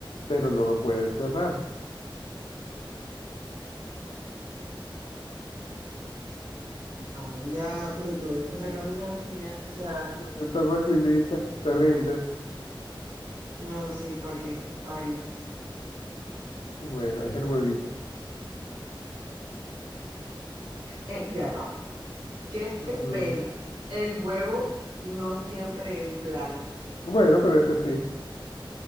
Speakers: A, on the left (about 80°); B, on the right (about 60°).
A: pero no lo puedes cerrar.
B: Anda, pero tú dónde estás sacando esas adivinanzas.
A: Está facilita.
B: No,
A: Te rindes.
B: no, sí, ¿para qué? Bailas.
A: Bueno, es el huevito.
B: Eh, ya va. Qué
A: Ujú.
B: pena. El huevo no siempre es blanco.
A: Bueno, pero este sí.